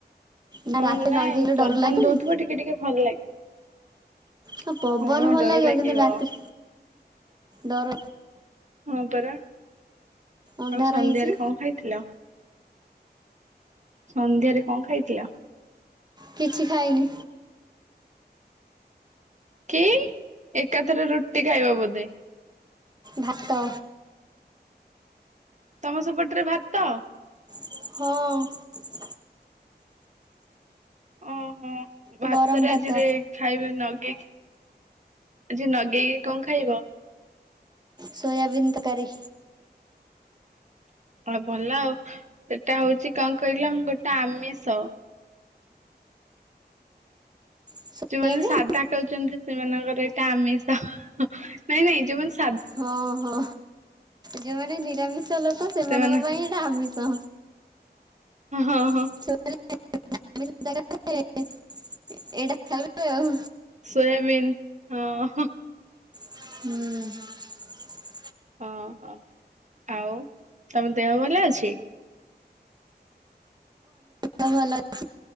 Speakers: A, on the right; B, on the right.
A: ନା
B: ହଁ
A: ରାତିରେ
B: ନାଇଁ
A: ନଈକି ଗଲେ
B: ପବନ
A: ଡର ଲାଗେନି
B: ଦଉଥିବ, ଟିକେ ଟିକେ ଭଲ ଲାଗେ।
A: ହଁ ପବନ
B: ହଁ,
A: ଭଲ
B: ଡର ଲାଗିବ।
A: କିନ୍ତୁ ରାତିରେ
B: ହଁ,
A: ଡର
B: ପରା।
A: ଅନ୍ଧାର
B: ଆଉ ସନ୍ଧ୍ୟାରେ
A: ହେଇଛି
B: କଣ ଖାଇଥିଲ? ସନ୍ଧ୍ୟାରେ କଣ ଖାଇଥିଲ?
A: କିଛି ଖାଇନି।
B: କି ଏକାଥରେ ରୁଟି ଖାଇବ ବୋଧେ?
A: ଭାତ।
B: ତମ ସେପଟରେ ଭାତ?
A: ହଁ।
B: ଓହୋ ଭାତରେଆଜିରେ
A: ଗରମ ଭାତ
B: ଖାଇବେ ନଗେଇ କି ଆଜି ନଗେଇକି କଣ ଖାଇବ?
A: ସୋୟବୀନ୍ ତକାରୀ।
B: ହଁ ଭଲ ଆଉ ସେଟା ହୋଉଚି କଣ କହିଲ ଗୋଟେ ଆମିଷ।
A: ସୋୟାବିନ୍
B: ଯୋଉମାନେ ସାଧା ଉଚନ୍ତି ସେମାନଙ୍କର ଏଇଟା ଆମିଷ ନାଇଁ ନାଇଁ ଯୋଉମାନେ ସ୍
A: ହଁ ହଁ। ଯୋଉମାନେ ନିରାମିଷ ଲୋକ, ସେମାନଙ୍କ
B: ସେମାନେ
A: ପାଇଁ ଏଟା ଆମିଷ।
B: ଅ ହଁ। ହଁ
A: <unintelligible> ଆମିଷ ଜାଗାରେ ଏଇଟା ଖାଇବ ଆଉ।
B: ସୋୟାବୀନ୍ ହଁ।
A: ହୁଁ।
B: ଓହୋ ଆଉ ତମ ଦେହ ଭଲ ଅଛି?
A: ଦେହ ଭଲ ଅଛି।